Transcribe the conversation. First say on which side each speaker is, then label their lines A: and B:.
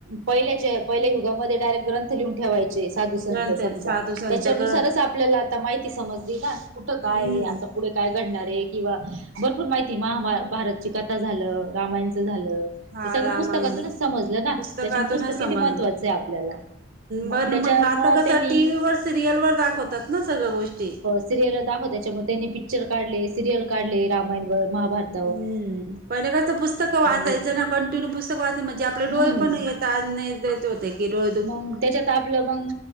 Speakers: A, on the right; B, on the right.
A: पहिल्याच्या, पहिल्या युगामध्ये डायरेक्ट ग्रंथ लिहून ठेवायचे साधू संत
B: ग्रंथ
A: समजा
B: साधू संत
A: त्याच्यानुसारच
B: ग्रंथ
A: आपल्याला आता माहिती समजली ना, कुठं काय
B: हम्म
A: हे आ पुढे काय घडणारेय किंवा भरपूर माहिती, महा मा भारतची कथा झालं, रामायणचं झालं
B: हा
A: हे सगळं
B: रामायण
A: पुस्तकातूनच समजलं ना,
B: पुस्तकातूनच
A: त्याच्या पुस्तक
B: समज
A: किती महत्त्वाचंय आपल्याला. मग
B: बर
A: त्याच्यामुळं
B: म्हणलं आता कसं
A: त्यांनी
B: टीव्ही वर, सिरियल वर दाखवतात ना सगळं गोष्टी.
A: सिरियलला दाखव त्याच्यामुळे त्यांनी पिक्चर काढले, सिरियल काढले रामायणवर, महाभारत
B: हम्म, पहिले कसं पुस्तक वाचायचं
A: म्हणजे
B: ना, कंटिन्यू पुस्तक वाचाय म्हणजे आपले
A: हम्म.
B: डोळे पण ये <unintelligible> <inaudible> <unintelligible> ही रोज
A: मग त्याच्यात आपलं मग